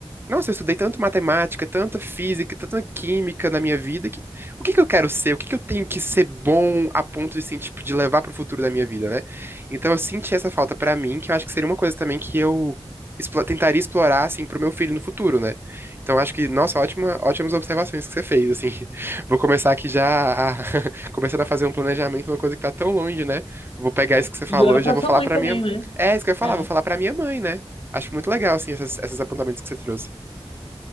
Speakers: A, on the right (about 20°); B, on the left (about 65°).
A: Nossa, eu estudei tanto matemática, tanta física, tanta química na minha vida, que o que que eu quero ser? O que que eu tenho que ser bom a ponto de, assim, tipo, de levar pro futuro da minha vida, né? Então eu senti essa falta pra mim, que eu acho que seria uma coisa também que eu explo- tentaria explorar, assim, pro meu filho no futuro, né? Então, acho que, nossa, ótima, ótimas observações que você fez, assim. <laughs> Vou começar aqui já, a, <laughs> começando a fazer um planejamento, uma coisa que tá tão longe, né? Vou pegar
B: É.
A: isso que você falou
B: E leva
A: e
B: pra
A: já vou
B: sua
A: falar
B: mãe
A: pra
B: também,
A: minha...
B: né?
A: É, isso que eu ia falar,
B: É.
A: vou falar pra minha mãe, né? Acho muito legal, assim, essas, esses apontamentos que você trouxe.